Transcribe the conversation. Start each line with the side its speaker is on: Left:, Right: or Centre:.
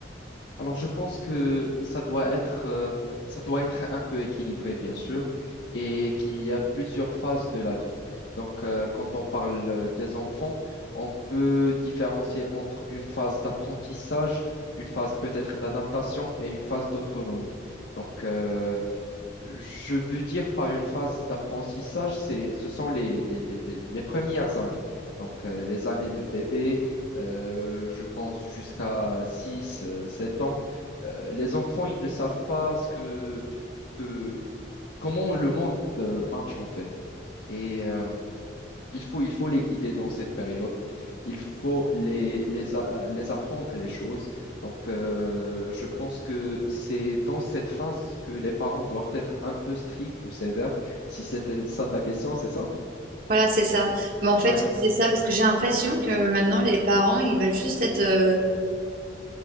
Left: Alors, je pense que ça doit être, euh, ça doit être un peu équilibré, bien sûr, et qu'il y a plusieurs phases de la vie. Donc, euh, quand on parle euh, des enfants, on peut différencier entre une phase d'apprentissage, une phase peut-être d'adaptation et une phase d'autonomie. Donc, euh, je veux dire par une phase d'apprentissage, c'est, ce sont les, les, les- les- les premières années. Donc, euh, les années de bébé, euh, je pense jusqu'à 6 euh, 7 ans. Euh, les enfants, ils ne savent pas ce que, que- comment le monde euh, marche en fait. Et euh, il faut, il faut les guider dans cette période. Il faut les, les, a- euh, les apprendre les choses. Donc, euh, je pense que c'est dans cette phase que les parents doivent être un peu stricts ou sévères. Si c'était ça ta question, c'est ça?
Right: Voilà, c'est ça. Mais en fait,
Left: Ouais.
Right: c'est ça, parce que j'ai l'impression que maintenant, les parents, ils veulent juste être... euh,